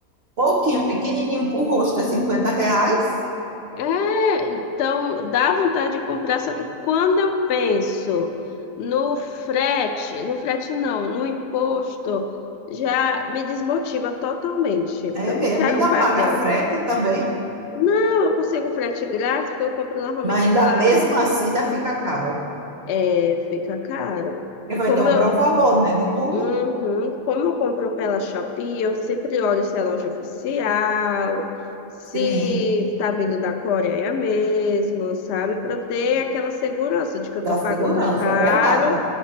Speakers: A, on the right (about 55°); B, on the left (about 75°).
A: pouquinho, pequenininho para o rosto, é 50 reais,
B: É, então dá vontade de comprar, só que quando eu penso no frete, no frete não, no imposto, já me desmotiva totalmente, porque
A: é
B: eu
A: mesmo,
B: não quero
A: ainda
B: pagar.
A: paga frete também,
B: Não, eu consigo frete grátis, porque eu compro normalmente
A: mas ainda,
B: pela...
A: mesmo assim ainda fica caro,
B: É, fica caro.
A: porque vai
B: Como
A: dobrar
B: eu,
A: o valor, né, de tudo.
B: Uhum. Como eu compro pela Shopee, eu sempre olho se é loja oficial, se
A: Sim,
B: tá vindo da Coreia mesmo, sabe? Para ter aquela segurança de que eu
A: da
B: tô pagando
A: segurança,
B: caro
A: é verdade.